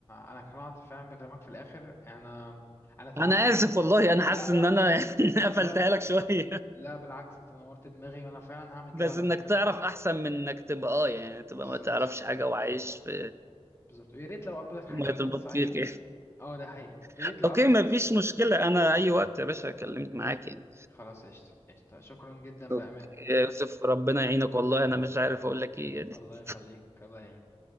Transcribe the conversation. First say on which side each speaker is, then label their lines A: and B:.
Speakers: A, on the left; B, on the right.
A: أنا اقتنعت فعلا بكلامك في الآخر أنا أنا تمام
B: أنا
A: أنا
B: آسف
A: ه...
B: والله أنا حاسس
A: لا
B: إن
A: لا
B: أنا <laughs> يعني قفلتها
A: لا لا
B: لك شوية
A: لا بالعكس انت نورت دماغي وانا فعلا هعمل كده
B: بس
A: على
B: انك
A: فكرة
B: تعرف احسن من انك تبقى اه يعني تبقى
A: بالظبط
B: ما تعرفش حاجه وعايش
A: بالظبط
B: في
A: بالظبط ويا ريت لو قابلك حاجة
B: ميه
A: انت
B: البطيخ
A: تساعدني
B: يعني
A: اه ده حقيقي
B: <laughs>
A: يا ريت لو
B: اوكي
A: قابلك
B: ما
A: حاجة
B: فيش مشكله انا اي وقت يا باشا
A: مم.
B: كلمني معاك يعني
A: خلاص قشطة قشطة شكرا جدا
B: اوكي
A: بأمانة
B: يا
A: شكرا
B: يوسف ربنا يعينك والله انا
A: الله
B: مش
A: يخليك
B: عارف اقول لك ايه <laughs>
A: الله يخليك الله يعينك